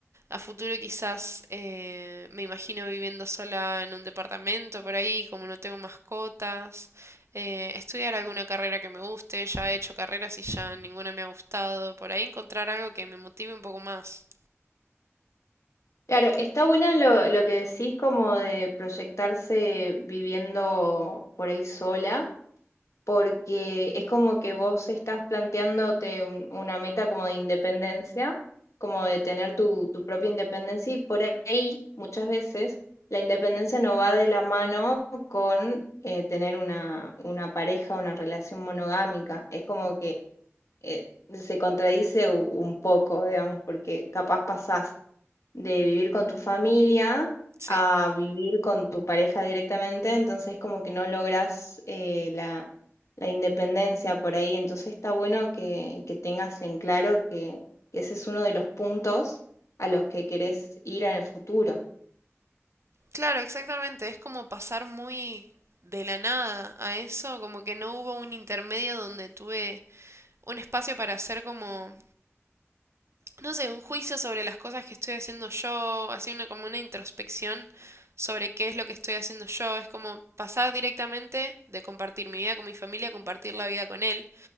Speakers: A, on the right (about 65°); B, on the left (about 85°).
A: A futuro quizás eh, me imagino viviendo sola en un departamento por ahí, como no tengo mascotas. Eh, estudiar alguna carrera que me guste. Ya he hecho carreras y ya ninguna me ha gustado. Por ahí encontrar algo que me motive un poco más.
B: Claro, está bueno lo, lo que decís como de proyectarse viviendo por ahí sola. porque es como que vos estás planteándote un- una meta como de independencia, como de tener tu, tu propia independencia y por ahí muchas veces la independencia no va de la mano con eh, tener una, una pareja, una relación monogámica. Es como que eh, se contradice u- un poco, digamos, porque capaz pasás de vivir con tu familia
A: Sí.
B: a vivir con tu pareja directamente, entonces como que no logras eh, la, la independencia por ahí, entonces está bueno que, que tengas en claro que, que ese es uno de los puntos a los que querés ir en el futuro.
A: Claro, exactamente. Es como pasar muy de la nada a eso, como que no hubo un intermedio donde tuve un espacio para hacer como, no sé, un juicio sobre las cosas que estoy haciendo yo, así una como una introspección sobre qué es lo que estoy haciendo yo. Es como pasar directamente de compartir mi vida con mi familia a compartir la vida con él,